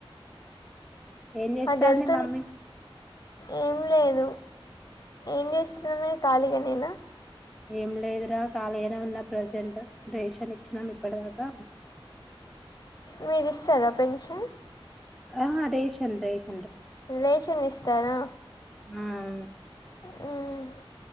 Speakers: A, in the centre; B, on the left.
A: ఏం చేస్తాంది
B: అటు వెళ్తున్
A: మమ్మీ
B: ఏం లేదు ఏం చేస్తున్న మీరు ఖాళీగా నేనా
A: ఏంలేదుర కాళీగానే ఉన్నాం ప్రజెంట్ రేషన్ ఇచ్చినాం ఇప్పటిదాకా
B: మీరు ఇస్తారా పెన్షన్
A: ఆ రేషన్ రేష్
B: రేషన్ ఇస్తారా
A: ఆ
B: మ్మ్